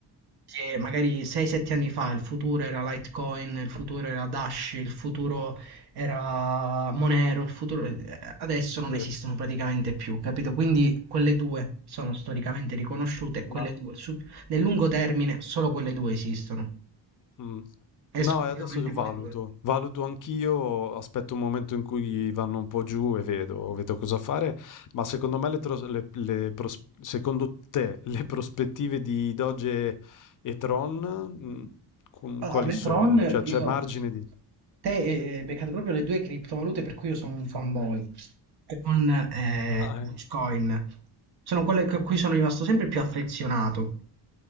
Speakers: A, on the right (about 65°); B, on the left (about 50°).
A: che magari 6-7 anni fa il futuro era Litecoin, il futuro era Dash, il futuro era Monero, il futuro, eh, adesso non
B: Sì,
A: esistono praticamente più, capito? Quindi quelle due sono storicamente riconosciute, e
B: ma
A: quelle due, su- nel lungo termine solo quelle due esistono,
B: mh. No,
A: esclusivamente
B: e adesso
A: quelle
B: valuto.
A: due.
B: Valuto anch'io, aspetto un momento in cui vanno un po' giù e vedo vedo cosa fare, ma secondo me le tros le le pros secondo te le prospettive di Doge e Tron, mhmm, con
A: Allora,
B: quali
A: Metron,
B: sono? Cioè, c'è
A: io...
B: margine di
A: Te eh, hai beccato proprio le due criptovalute per cui io sono un fanboy. Con eh,
B: ah,
A: Dogecoin.
B: eh,
A: Sono quelle a cui sono rimasto sempre più affezionato.